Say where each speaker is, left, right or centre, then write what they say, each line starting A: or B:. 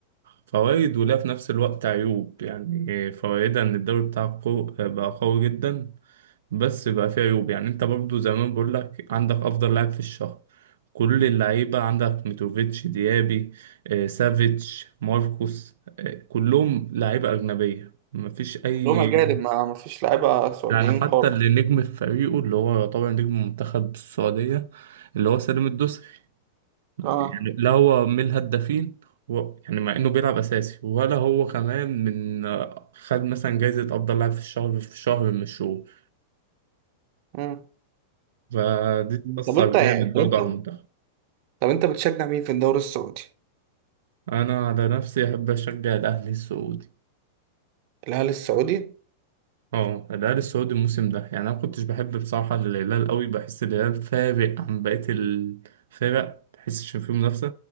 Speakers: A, on the right; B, on the right.
A: فوائد ولها في نفس الوقت عيوب يعني فوائدها ان الدوري بتاعك قو- بقى قوي جدا بس بقى فيه عيوب يعني انت برضو زمان بقول لك عندك افضل لاعب في الشهر كل اللعيبه عندك ميتروفيتش ديابي آه، سافيتش ماركوس آه، كلهم لعيبه اجنبيه مفيش اي
B: كلهم أجانب ما ما فيش لعيبة سعوديين
A: يعني حتى
B: خالص
A: اللي نجم في فريقه اللي هو طبعا نجم منتخب السعودية اللي هو سالم الدوسري يعني
B: اه
A: لا هو من الهدافين و... يعني مع انه بيلعب اساسي ولا هو كمان من خد مثلا جايزة افضل لاعب في الشهر في شهر من الشهور
B: مم.
A: فدي تأثر
B: طب أنت يعني
A: جامد
B: طب
A: برضه
B: أنت
A: على المنتخب
B: طب أنت بتشجع مين في الدوري السعودي؟
A: انا على نفسي احب اشجع الاهلي السعودي
B: الهلال السعودي؟
A: اه الهلال السعودي الموسم ده يعني انا ما كنتش بحب بصراحه الهلال قوي بحس الهلال فارق عن بقيه الفرق بحسش ان فيه منافسه